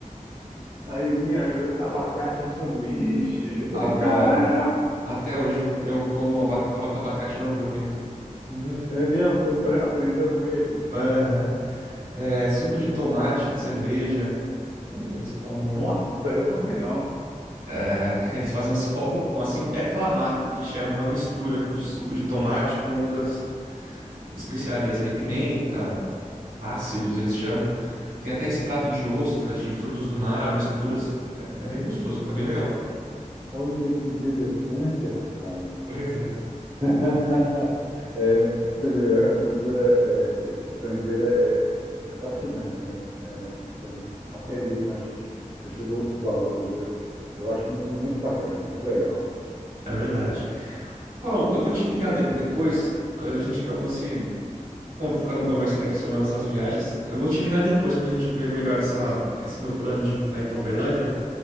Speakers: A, on the right; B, on the right.
A: Aí vinha eh, abacate no sanduíche, eu falei,
B: Adoro.
A: caramba,
B: Até hoje eu como, aba- coloco abacate no hambúrguer. Hum,
A: é mesmo, você pre- aprendeu com eles?
B: aham. É, suco de tomate na cerveja. Hum, Eles tomam
A: Nossa,
B: muito.
A: essa eu não vi não.
B: É, eles fazem uns copão
A: Tô-
B: assim. É clamato que chama, é uma mistura de suco de tomate com outras especiarias ali, pimenta, ácidos, eles chamam. Tem até extrato de ostra, de frutos do mar, misturas. É, é bem gostoso, fica bem legal.
A: Olha que interessante, rapaz.
B: Pois é.
A: <laughs> É, você vê, a cultura é, estrangeira é, é fascinante, né? É, você vê, aprender com essas, esses outros valores, eu, eu acho muito, muito bacana, muito legal.
B: É verdade. Paulo, eu vou te ligar de- depois. A gente acabou se con- ficando conversando aqui sobre as nossas viagens. Eu vou te ligar depois pra gente ver melhor essa, esse meu plano de pra ir pra Uberlândia,